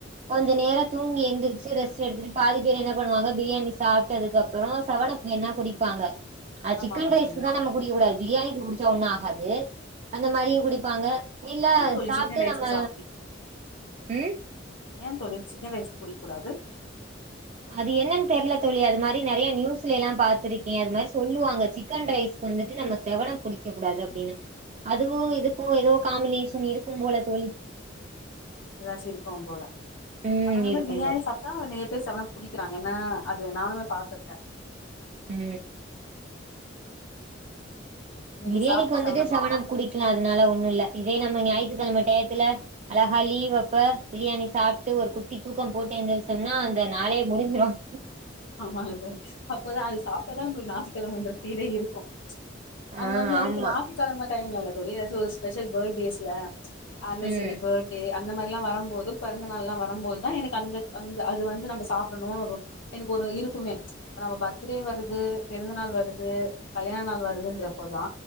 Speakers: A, on the right; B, on the left.
A: கொஞ்சம் நேரம் தூங்கி எந்திரிச்சு ரெஸ்ட் எடுத்துட்டு பாதி பேர் என்ன பண்ணுவாங்க பிரியாணி சாப்பிட்டுதுக்கப்பறோ சவனப் என்னா குடிப்பாங்க அது
B: ஆமாங்க
A: சிக்கன் ரைஸ்கக்கு
B: தோழி
A: தா நம் குடிக்க கூடாது பிரியாணிக்கு குடி ஒண்ணு ஆகாது அந்த மாரி குடிப் ப்பாங்க இல்ல
B: ஏ தோழி
A: சாப்ட்டு
B: சிக்கன் ரைஸ்க்கு
A: நம்ம
B: சாப்
A: ம்
B: ஏன் தோழி சிக்கன் ரைஸ்கு குடிக்க கூடாது
A: அது என்னன்னு தெரில தோழி அது மாரி நறைய நியூஸ்ல எல்லா பாத்துருக்கே அது மாரி சொல்லுவாங்க சிக்கன் ரைஸ்க்கு வந்துட்டு நம்ம சவனப் குடிக்கக் கூடாது அப்படின்னு அதுவும் இதுக்கும் ஏதோ காம்பினேஷன் இருக்கும் போல தோழி
B: ஏதாச்சும் இருக்கும் போல
A: ம்
B: ஆனாலுமே
A: இருக்கும்
B: பிரியாணி
A: போல
B: சாப்பிட்டா நே த்தே சவன்அப் குடிக்கிறாங்க ஏன்ன அது நானுமே பாத்துருக்கே
A: ம்
B: பிரியாணி
A: பிரியாணிக்கு
B: சாப்ட்டு
A: வந்துட்டு
B: செவனப்
A: சவனப் குடிக்கலா அதனால ஒண்ணும் இல்ல இதே நம்ம ஞாயிற் யத்துக்கிழம டயத்துல அழகா லீவ் அப்ப பிரியாணி சாப்பிட்டு ஒரு குட்டி தூக்கம் போட்டு எழுந்திரிச்சோம்னா அந்த நாளே முடிஞ்சுரும்
B: ஆமாங்க அப்போதா அது சாப்பிட்டதா நம்ளுக்கு ஞாயித்துகிழமைன்ற ஃபீலே இருக்கும் அது
A: ஆ
B: வந்து எனக்கு
A: ஆமா
B: ஞாயித்துக்கெழம டைம்ல இல்ல தோழி ஏதாசும் ஒரு ஃபஷல் பர்த்ட்டேஸ்ல அன்வசரி
A: ம்
B: பர்த்டே அந்த மாரில்லாம் வரும்போது பிறந்த நாள் எல்லாம் வரும்போதுதா எனக்கு அந்த அந்த அது வந்து நம்ம சாப்பிடணும்னு ஒரு எனக்கு ஒரு இருக்குமே நம்ம பர்த்டே வருது பிறந்த நாள் வருது கல்யாண நாள் வருதுன்றப்போதா